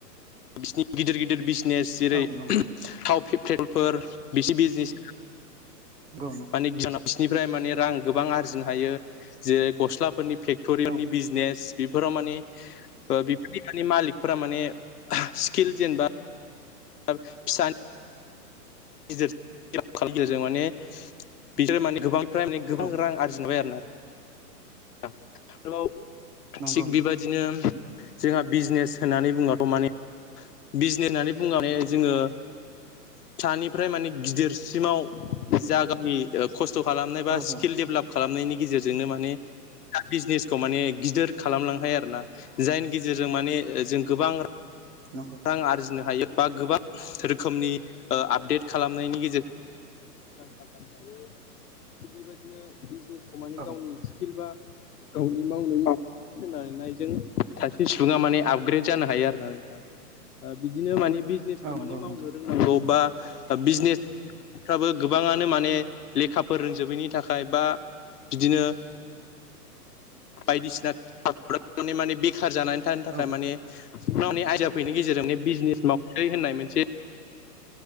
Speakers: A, on the left; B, on the right.
A: बिसिनि गिदिर गिदिर बिजनेस
B: औ
A: जेरै
B: नंगौ
A: थावेलफोर बिसिनि बिजनेस <unintelligible>
B: नंगौ
A: मानिक बिसोरनिफ्राय माने रां गोबां आरजिनो हायो जेरै गस्लाफोरनि फेक्टरिफोरनि
B: औ
A: बिजनेस बेफोराव माने बेफोरनि माने मालिकफोरा माने स्किल जेनेबा फिसानि गेजेरजों माने बिसोर माने गोबां फाइमानि गोबां
B: औ
A: रां आरजिनोबाय <unintelligible> आरो नोंङो
B: नंगौ
A: थि
B: नों
A: बेबाय बिदिनो जोंहा बिजनेस होननानै बुङाथ माने बिजनेस होननानै बुंनानै जोंङो फिसानिफ्राय माने गिदिरसिमाव जागि खस्थ खालामनाय बा
B: औ
A: स्किल
B: औ
A: डेभेलप खालामनायनि गेजेरजोंनो माने बिजनेसखौ माने गिदिर खालामलां हायो आरो ना जायनि गेजेरजों माने जों गोबां
B: नंगौ
A: रां आरजिनो हायो बा गोबां रोखोमनि आपडेट खालामनायनि गेजेरजों मुंदांखा जानो हायो थिग बेबायदिनो बिजनेसखौ मानिे
B: औ
A: गावनि स्किल बा गावनि मावनाय खोनानायजों सासे सुबुंङा माने आपग्रेड जानो हायो आरो ना नोंथां बिदिनो माने बिजनेसखौ
B: औ नंगौ
A: मानिे मावनो
B: नोंथां
A: रोंनांगौ बा बिजनेस फ्राबो गोबांङानो माने लेखाफोर रोंजोबैनि थाखाय बा बिदिनो बायदिसिना माने माने बेखार जानानै थानो थाखाय
B: औ
A: माने सिनि आयाफोरैनि गेजेरजोंनो बिजनेस मावै होननाय मोनसे